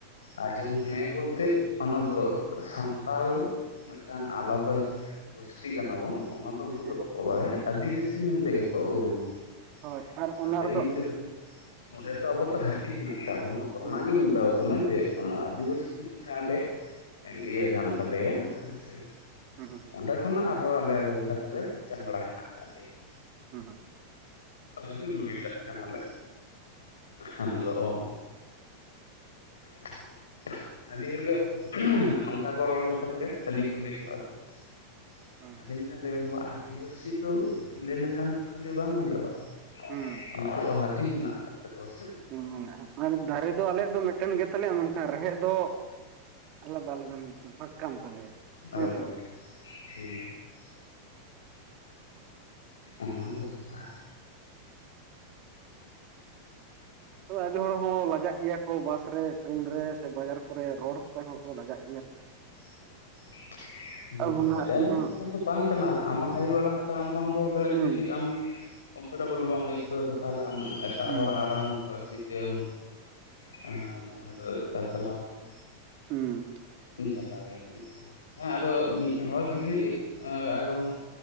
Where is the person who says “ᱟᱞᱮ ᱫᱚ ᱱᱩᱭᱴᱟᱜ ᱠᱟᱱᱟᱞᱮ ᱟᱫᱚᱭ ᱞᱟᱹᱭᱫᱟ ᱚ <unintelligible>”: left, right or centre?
Left